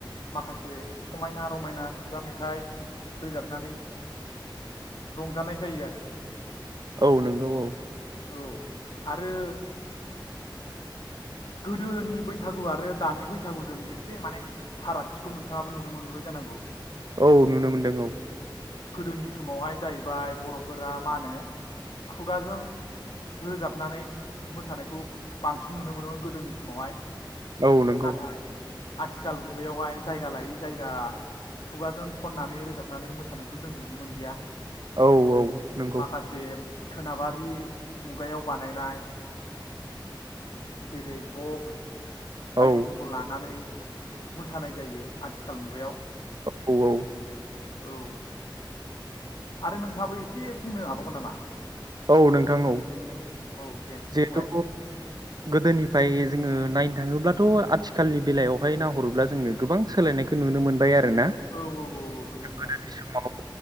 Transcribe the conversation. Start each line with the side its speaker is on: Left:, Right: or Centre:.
Left: माखासे समायना-रमायना खुगा मेथाइ रोजाबनानै रंजानाय जायो आरो।
Right: औ नोंगौ औ
Left: औ आरो गोदोनि बैसागु आरो दानि बैसागुजों एसे माने फारागथिखौ नोंथाङाबो नुनो मोनबोबाय जानांगौ।
Right: औ नुनो मोनदों औ।
Left: गोदोनि समावहाय जाहैबाय बर'फोरा मा होनो खुगाजों रोजाबनानै मोसानायखौ बांसिन नुनो मोनोमोन। गोदोनि समावहाय
Right: औ नंगौ।
Left: नाथाय आथिखाल मुगायावहाय जायगा लायै जायगा खुगाजों खननानै रोजाबनानै मोसानायखौ जों नुनो मोनलिया।
Right: औ औ नंगौ।
Left: माखासे सोनाबारि मुगायाव बानायनाय जेरै बक्स बायदिफोरखौ
Right: औ
Left: लानानै मोसानाय जायो आथिखाल मुगायाव।
Right: औ औ।
Left: औ आरो नोंथाङाबो एसे बुंनो हाबावगोन नामा?
Right: औ नोंथां औ
Left: औ दे
Right: जिहेथु
Left: बुंलाय
Right: गोदोनि फ्राय जोङो नायनो थाङोब्लाथ' आथिखालनि बेलायावहाय नाहरोब्ला जोङो गोबां सोलायनायखौ नुनो मोनबाय आरो ना
Left: औ औ औ नंगौ नोंथां
Right: गोदोनि समाव